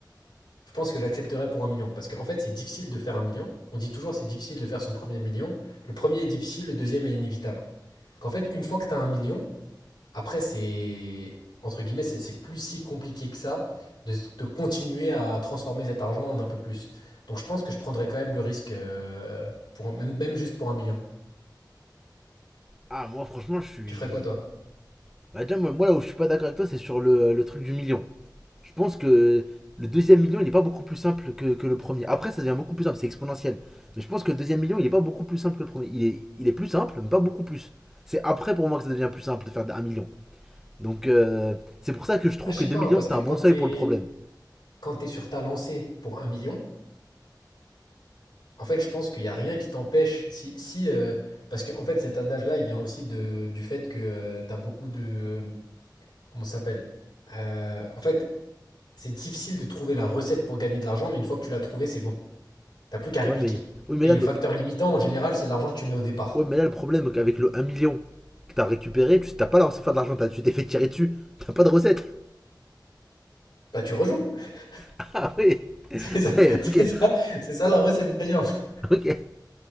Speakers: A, on the left (about 80°); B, in the centre.
A: je pense que j'accepterai pour un million. Parce qu'en fait, c'est difficile de faire un million. On dit toujours c'est difficile de faire son premier million. Le premier est difficile, le deuxième est inévitable. Donc en fait, une fois que tu as 1 million, après, c'est, entre guillemets, c'est c'est plus si compliqué que ça de, de continuer à transformer cet argent en un peu plus. Donc je pense que je prendrais quand même le risque, euh, pour, un- même, même juste pour un million.
B: Ah, moi, franchement, je suis.
A: Tu ferais quoi toi?
B: Bah, déjà, moi, moi, là où je suis pas d'accord avec toi, c'est sur le, le truc du million. Je pense que le deuxième million, il n'est pas beaucoup plus simple que, que le premier. Après, ça devient beaucoup plus simple, c'est exponentiel. Mais je pense que le deuxième million, il n'est pas beaucoup plus simple que le premier. Il est, il est plus simple, mais pas beaucoup plus. C'est après pour moi que ça devient plus simple de faire un million. Donc euh, c'est pour ça que je trouve
A: Ah, je
B: que
A: sais
B: 2
A: pas,
B: millions,
A: hein, parce
B: c'était
A: que
B: un
A: quand
B: bon seuil
A: t'es,
B: pour le problème.
A: quand t'es sur ta lancée pour un million, En fait, je pense qu'il n'y a rien qui t'empêche. Si, si, euh, parce que en fait, cet adage-là, il vient aussi de, du fait que tu as beaucoup de. Comment ça s'appelle? Euh, en fait, c'est difficile de trouver la recette pour gagner de l'argent, mais une fois que tu l'as trouvée, c'est bon. T'as plus qu'à répliquer.
B: Ouais, mais, oui, mais,
A: Et
B: là,
A: le facteur limitant, en général, c'est l'argent que tu mets au départ.
B: ouais, mais là, le problème avec le un million que t'as récupéré, tu t'as pas lancé faire de l'argent, t'as- tu t'es fait tirer dessus, t'as pas de recette.
A: Bah, tu rejoues. <laughs>
B: <laughs> Ah oui,
A: C'est ça,
B: ouais,
A: c'est
B: ok,
A: ça, c'est ça la recette gagnante.
B: ok,